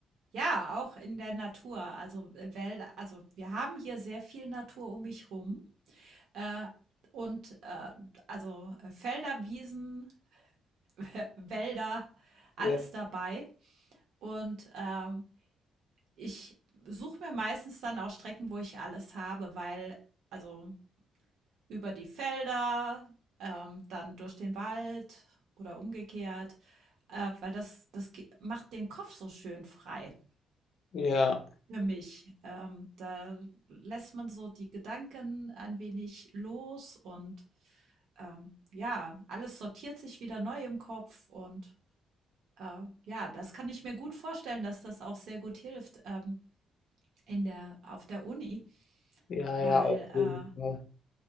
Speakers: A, on the right; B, on the left.
A: ja, auch in der Natur, also, äh, Wälder also, wir haben hier sehr viel Natur um mich rum, äh, und, äh, also, äh, Felder, Wiesen, äh, Wälder, alles
B: Ja,
A: dabei. Und, ähm, ich suche mir meistens dann auch Strecken, wo ich alles habe, weil also, über die Felder, ähm, dann durch den Wald oder umgekehrt, äh, weil das, das ge- macht den Kopf so schön frei
B: ja,
A: für mich. Ähm, da lässt man so die Gedanken ein wenig los und ähm, ja, alles sortiert sich wieder neu im Kopf und äh, ja, das kann ich mir gut vorstellen, dass das auch sehr gut hilft ähm, in der, auf der Uni,
B: ja,
A: weil
B: ja, auf
A: äh,
B: jeden Fall.